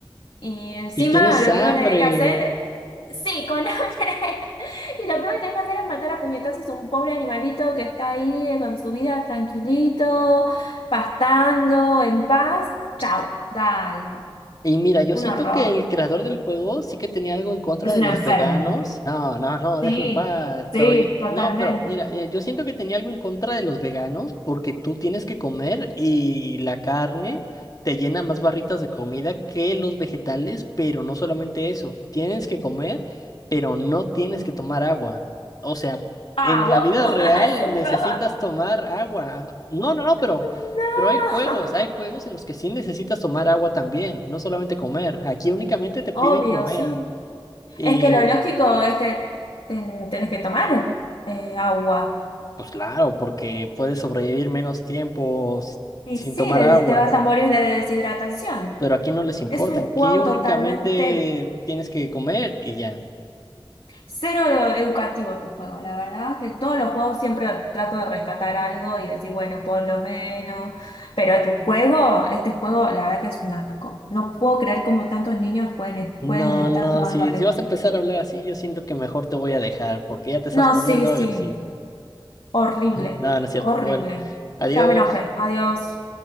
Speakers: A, on the left; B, on the left.
A: y encima
B: y tienes
A: lo
B: hambre,
A: primero que tenés que hacer, sí, con hambre. <laughs> Y lo primero que tenés que hacer es matar a puñetazos a un pobre animalito que está ahí eh, con su vida tranquilito, pastando, en paz. Chau, dale.
B: Y mira, yo
A: Un
B: siento
A: horror.
B: que el creador del juego sí que tenía algo en contra
A: Es
B: de
A: un
B: los
A: enfermo.
B: veganos. No, no, no,
A: Sí,
B: déjalo en paz.
A: sí,
B: Pero yo,
A: totalmente.
B: no, pero mira, mira, yo siento que tenía algo en contra de los veganos porque tú tienes que comer y la carne te llena más barritas de comida que los vegetales, pero no solamente eso, tienes que comer, pero no tienes que tomar agua. O sea,
A: Ah,
B: en
A: wow,
B: la vida
A: <laughs>
B: real
A: es un
B: necesitas
A: juego.
B: tomar agua. No, no, no, pero...
A: <laughs> No.
B: Pero hay juegos, hay juegos en los que sí necesitas tomar agua también, no solamente comer. Aquí únicamente te piden
A: Obvio,
B: comer.
A: sí.
B: Y
A: Es que lo lógico es que ten- tenés que tomar eh, agua.
B: pues claro, porque puedes sobrevivir menos tiempo s-
A: Y
B: sin
A: sí,
B: tomar
A: des-
B: agua.
A: te vas a morir de deshidratación.
B: Pero aquí no les importa,
A: Es un
B: aquí
A: juego
B: únicamente
A: totalmente
B: tienes que comer y ya.
A: cero educativo tu juego, la verdad. Que todos los juegos siempre trato de rescatar algo y decir, bueno, por lo menos. Pero tu juego, este juego, la verdad que es un asco. No puedo creer cómo tantos niños pueden,
B: No,
A: pueden estar
B: no,
A: jugando
B: si,
A: a esto.
B: si vas a empezar a hablar así, yo siento que mejor te voy a dejar porque ya te estás
A: No,
B: poniendo
A: sí, sí.
B: agresivo.
A: Horrible,
B: No, no es cierto.
A: horrible.
B: Bueno, adiós.
A: Ya me enojé. Adiós.